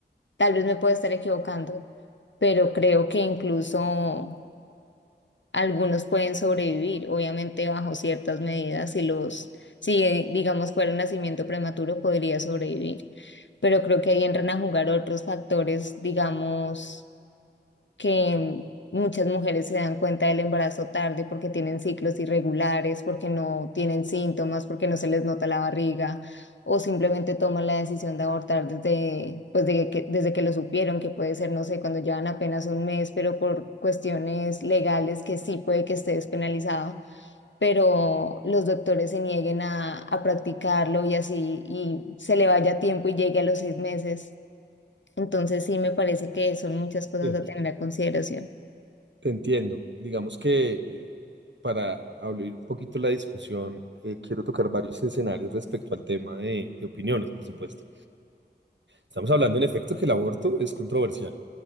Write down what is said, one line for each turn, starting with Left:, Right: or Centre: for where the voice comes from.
Left: Tal vez me puedo estar equivocando, pero creo que incluso algunos pueden sobrevivir, obviamente bajo ciertas medidas, si los, si eh, digamos fuera un nacimiento prematuro, podría sobrevivir. Pero creo que ahí entran a jugar otros factores, digamos que muchas mujeres se dan cuenta del embarazo tarde porque tienen ciclos irregulares, porque no tienen síntomas, porque no se les nota la barriga, o simplemente toman la decisión de abortar desde, pues de que, desde que lo supieron, que puede ser, no sé, cuando llevan apenas un mes, pero por cuestiones legales que sí puede que esté despenalizado pero los doctores se nieguen a, a practicarlo y así, y se le vaya tiempo y llegue a los seis meses. Entonces sí me parece que son muchas cosas
Right: Sí.
Left: a tener a consideración.
Right: Entiendo. Digamos que eh, para abrir un poquito la discusión, eh, quiero tocar varios escenarios respecto al tema de, de opiniones, por supuesto. Estamos hablando en efecto que el aborto es controversial.